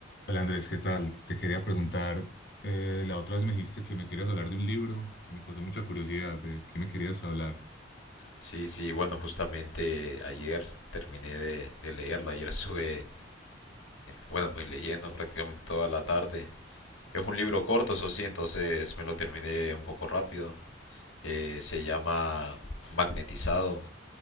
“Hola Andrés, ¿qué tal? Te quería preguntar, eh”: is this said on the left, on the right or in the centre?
Left